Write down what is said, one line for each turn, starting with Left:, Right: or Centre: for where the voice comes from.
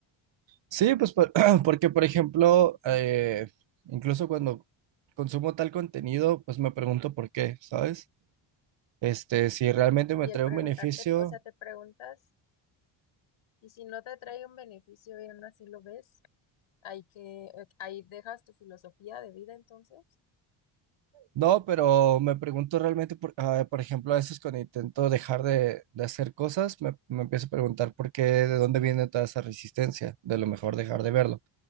Right: Sí, pues por- <clears throat> porque, por ejemplo, eh, incluso cuando consumo tal contenido, pues me pregunto por qué, ¿sabes? Este, si realmente me
Left: Y
Right: trae
Left: el preguntarte,
Right: un beneficio,
Left: o sea, te preguntas, y si no te trae un beneficio y aún así lo ves, ahí que, ahí dejas tu filosofía de vida entonces.
Right: no, pero me pregunto realmente, por, ah, por ejemplo, a veces cuando intento dejar de, de hacer cosas, me, me empiezo a preguntar por qué, de dónde viene toda esa resistencia, de lo mejor dejar de verlo.